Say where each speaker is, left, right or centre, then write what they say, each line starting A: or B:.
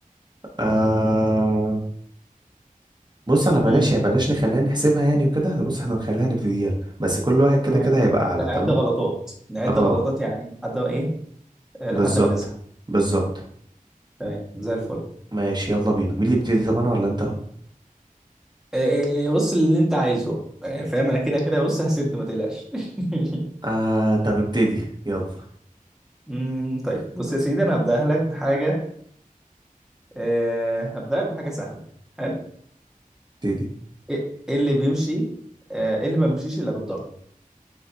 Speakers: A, on the right; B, in the centre.
A: آه... بص انا بلاش
B: امم
A: يعني بلاش نخليها نحسبها يعني وكده أنا بص احنا نخليها نبتديها بس كل واحد كده
B: تمام
A: كده هيبقى اعلى
B: هنعد
A: تمام
B: غلطات نعد
A: اه
B: غلطات يعني لحد ما ايه آه، لحد
A: بالظبط
B: ما نزهق
A: بالظبط
B: تمام زي الفل
A: ماشي يلا بينا مين اللي يبتدي طب انا ولا انت
B: آه، آه، آه، بص اللي انت عايزه آه، فاهم انا كده كده بص هسد ما تقلقش <laughs>
A: آه... طب ابتدي يلا
B: امم طيب بص يا سيدي انا هبدأ لك بحاجة أه هبدأ لك بحاجة سهلة حلو
A: ابتدي
B: ايه إيه اللي بيمشي أه إيه اللي ما بيمشيش الا بالضرب